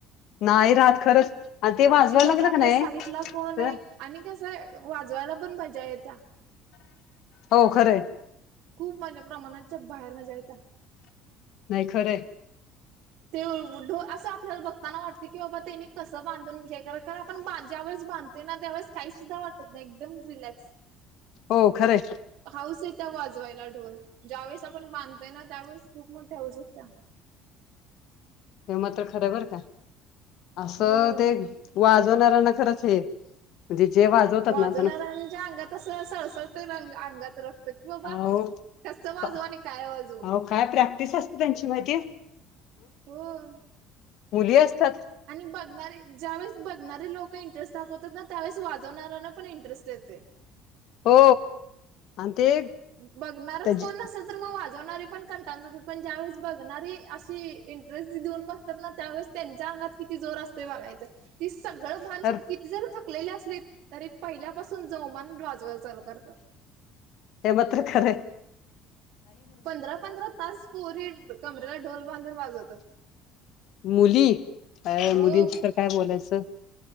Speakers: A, on the left; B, on the right.
A: नाही रहात खरंच. आणि ते
B: अजिबत
A: वाजवायला लागलं
B: आपल्या
A: का नाही
B: साईट ला कोण
A: तर
B: आहे आणि कसं आहे वाजवायला पण मजा येत्या.
A: हो खरं हाय.
B: खूप माझ्या प्रमाणाच्या बाहेर मज्जा येत्या.
A: नाही खरं हाय.
B: ते मुडुळ असं आपल्याला बघताना वाटत की बाबा तेनी कसं बांधून हे कारण आपण ज्यावेळेस बांधतोय ना त्यावेळेस काही सुद्धा वाटत त नाही एकदम रिलॅक्स.
A: हो खरंय.
B: हाऊस येत्या वाजवायला ढोल ज्यावेेळेस आपण बांधतोय ना त्यावेळेस खूप मोठ्या हाऊस येत्या.
A: हे मात्र खरं बर का असं
B: हो
A: ते वाजवणाऱ्यांना खरंच हे म्हणजे जे वाजवतात
B: वाजवणाऱ्यांच्या
A: ना त्यांना
B: अंगात तसंच सळसळतय रंग अंगात रक्त की बाबा
A: अहो
B: कसं वाजवू
A: का-
B: आणि काय वाजवू.
A: अहो काय प्रॅक्टिस असते त्यांची माहिती आहे?
B: होय.
A: मुली असतात
B: आणि बघणारी ज्यावेेळेस बघणारी लोक इंटरेस्ट दाखवतात ना त्यावेळेस वाजवणाऱ्यांना पण इंटरेस्ट येतोय.
A: हो आणि ते
B: बघणारच
A: त्याची
B: कोण नसलं. तर मग वाजवणारे पण कंटाळून जातात, पण ज्या वेळेस बघणारी अशी इंटरेस्ट देऊन बघतात ना त्यावेळेस त्यांच्या अंगात किती जोर असतोय बघायचं. ती सगळं भान
A: खर
B: सोडून किती जर थकलेली असलीत, तरी पहिल्यापासून जोमानं वाजवायला चालू करतात.
A: हे मात्र खरं आहे.
B: पंधरा पंधरा तास, पोरी कमरेला ढोल बांधून वाजवतात.
A: मुली, काय
B: हो
A: मुलींचं तर काय बोलायचं